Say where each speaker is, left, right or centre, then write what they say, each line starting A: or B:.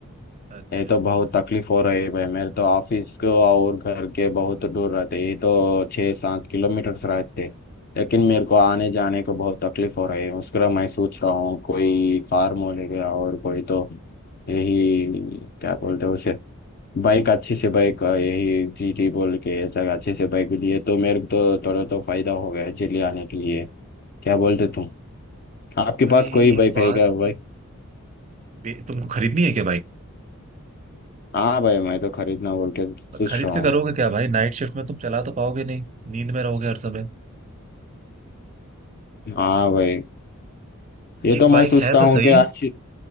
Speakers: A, on the right; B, on the left.
A: अच्छा
B: ये तो बहुत तकलीफ हो रही है भाई मेरे तो ऑफिस को और घर के बहुत दूर रहते यही तो छः सात किलोमीटर रहते लेकिन मेरे को आने जाने को बहुत तकलीफ हो रही है उसके लिए मैं सोच रहा हूँ कोई कार मोलेगा और कोई तो यही क्या बोलते हैं उसे बाइक अच्छी से बाइक अ, यही जीटी बोल के ऐसा अच्छे से बाइक लिए तो मेरे को तो थोड़ा तो फायदा हो गया दिल्ली आने के लिए क्या बोलते तुम आपके
A: भाई
B: पास कोई बाइक
A: बात
B: है क्या भाई
A: तो बे- तुमको खरीदनी है क्या बाइक
B: हाँ भाई मैं तो खरीदना बोल के सोच
A: खरीद
B: रहा
A: के
B: हूँ
A: करोगे क्या भाई नाइट शिफ्ट में तुम चला तो पाओगे नहीं नींद में रहोगे हर समय
B: हाँ भाई ये तो
A: एक बाइक
B: मैं सोचता
A: है तो
B: हूँ
A: सही
B: कि अच्छी